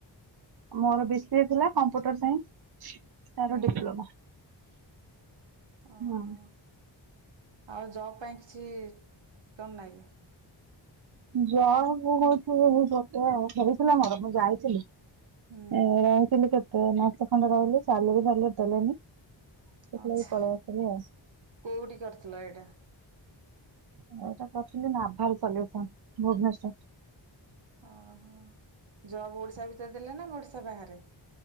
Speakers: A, on the right; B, on the right.
A: ମୋର ବି ସି ଥିଲା କମ୍ପ୍ୟୁଟର ସାଇନ୍ସ। ତାର
B: ହୁଁ।
A: ଡିପ୍ଲୋମା।
B: ଓହୋ
A: ହଁ।
B: ଆଉ ଯବ୍ ପାଇଁ କିଛି ତମ୍ ନାଗି
A: ଜବ୍ ମୁଁ ହଉଛି ଗୋଟେ ହେଇଥିଲା ମୋର ମୁଁ ଯାଇଥିଲି
B: ହୁଁ
A: ଆ ସବୁ କେ ତ ମାସେ ଖଣ୍ଡେ ରହିଲି ସାଲିରି ଫାଲିରି ଦେଲେନି ସେଥିଲାଗି
B: ଆଛା
A: ପଳେଇ ଆସିଲି ଆଉ।
B: କୋଉଠି କରିଥିଲ ଏଇଟା?
A: ଏଇଟା କରିଥିଲି ନାଭାଲ୍ ସଲ୍ୟୁସନ ଭୁବନେଶ୍ଵର।
B: ଓହୋ ଜବ୍ ଓଡିଶା ଭିତରେ ଦେଲେ ନା ଓଡିଶା ବାହାରେ।